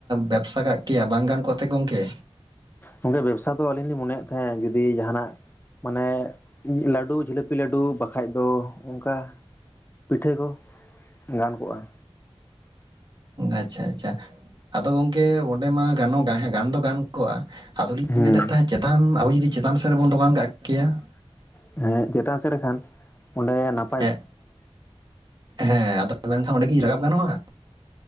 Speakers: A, on the right; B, on the left.
A: ᱵᱮᱵᱥᱟ ᱠᱟᱜᱼᱼ ᱠᱮᱭᱟ ᱵᱟᱝ ᱜᱟᱱ ᱠᱚᱜ ᱛᱮ ᱜᱚᱝᱠᱮ?
B: ᱜᱚᱝᱠᱮ ᱵᱮᱵᱽᱥᱟ ᱫᱚ ᱟᱹᱞᱤᱧ ᱞᱤᱧ ᱢᱚᱱᱮᱭᱮᱜ ᱛᱟᱦᱮᱸᱫ ᱡᱩᱫᱤ ᱡᱟᱦᱟᱸᱱᱟᱜ ᱢᱟᱱᱮ ᱞᱟᱹᱰᱩ ᱡᱷᱤᱞᱟᱹᱯᱤ ᱞᱟᱹᱰᱩ ᱵᱟᱠᱷᱟᱡ ᱫᱚ ᱚᱝᱠᱟ ᱯᱤᱴᱷᱟᱹ ᱠᱚ ᱾ ᱜᱟᱱ ᱠᱚᱜᱼᱟ ᱾
A: ᱟᱪᱪᱷᱟ ᱟᱪᱪᱷᱟ, ᱟᱫᱚ ᱜᱚᱝᱠᱮ ᱚᱸᱰᱮ ᱢᱟ ᱜᱟᱱᱚᱜ ᱦᱮᱸ ᱜᱟᱱ ᱫᱚ ᱜᱟᱱ ᱠᱚᱜᱼᱟ ᱾ ᱟᱫᱚᱞᱤᱧ
B: ᱦᱮᱸ
A: ᱢᱮᱱᱮᱫ ᱛᱟᱦᱮᱸᱫ ᱪᱮᱛᱟᱱ ᱟᱵᱚ ᱡᱩᱫᱤ ᱪᱮᱛᱟᱱ ᱥᱮᱫ ᱨᱮᱵᱚᱱ ᱫᱚᱠᱟᱱ ᱠᱟᱜ ᱠᱮᱭᱟ ᱾
B: ᱦᱮᱸ ᱪᱮᱛᱟᱱ ᱥᱮᱫ ᱠᱷᱟᱱ ᱚᱸᱰᱮ ᱱᱟᱯ
A: ᱮᱸ ᱦᱮᱸ ᱟᱫᱚ ᱢᱮᱱᱠᱷᱟᱱ ᱚᱸᱰᱮᱠᱤ ᱨᱟᱠᱟᱵ ᱜᱟᱱᱚᱜᱼᱟ?